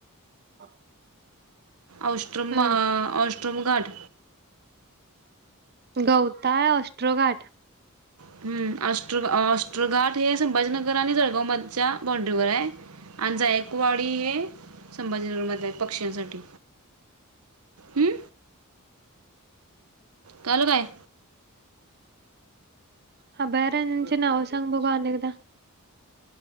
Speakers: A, on the right; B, on the right.
A: <unintelligible>
B: औष्ट्रम
A: हम्म
B: अ औष्ट्रमघाट
A: गवताळ ऑष्ट्रोघाट
B: हम् ऑष्ट्रो ऑष्ट्रोघाट हे संभाजीनगर आणि जळगाव म च्या बॉंड्रीवर हाय आणि जायकवाडी हे संभाजीनगर मधेय पक्ष्यांसाठी हम्म कळालं काय?
A: अभयारण्यांची नावं सांग बघु आणि एकदा.